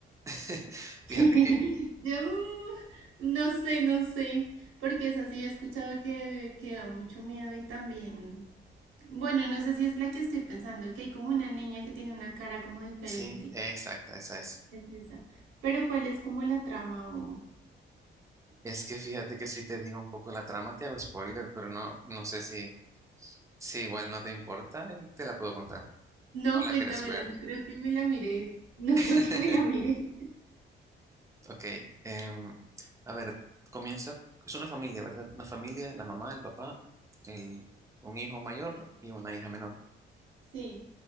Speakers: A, on the right; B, on the right.
A: <laughs> Fíjate
B: <laughs>
A: que,
B: Yo mm, no sé, no sé, porque es así, he escuchado que, que da mucho miedo y también, bueno, no sé si es la que estoy pensando, que hay como una niña que tiene una cara como diferente,
A: sí, exacta, esa es.
B: es esa, pero ¿cuál es como la trama o...?
A: Es que fíjate que si te digo un poco la trama, te hago spoiler, pero no, no sé si, si igual no te importa y te la puedo contar.
B: No,
A: ¿O la
B: cuéntamela,
A: quieres ver?
B: no creo que me la miré, no
A: <laughs>
B: <laughs> creo que me la miré.
A: Ok, em, a ver, comienza, es una familia, ¿verdad? Una familia, la mamá, el papá, el, un hijo mayor y una hija menor.
B: Sí,